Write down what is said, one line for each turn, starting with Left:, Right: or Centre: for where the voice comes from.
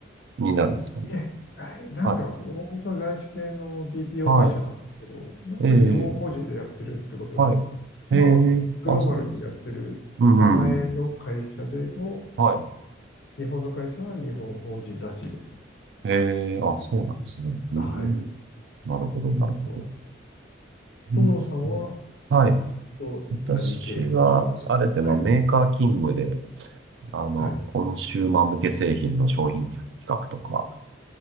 Right: になるんですかね。
Left: いえ、えなんか、
Right: はい、
Left: 大元は外資系の BPO
Right: はい、
Left: 会社なんですけど、なんか日本法人でやってるってことで、
Right: ええ、はい、
Left: まあ、
Right: ええ、
Left: グローバルにやってる名前の会社でも、
Right: あ、そうなんですね。うんうん、はい、
Left: 日本の会社は日本法人らしいです。
Right: ええ、あ、そうなんですね。うーん、
Left: はい。
Right: なるほど、なるほど。
Left: そう。
Right: うん、
Left: 友野さんは、
Right: はい。
Left: と何系のお仕事ですかはい。
Right: 私は、あれですね、まあ、メーカー勤務で、あの、
Left: はい。
Right: コンシューマー向け製品の商品企画とか、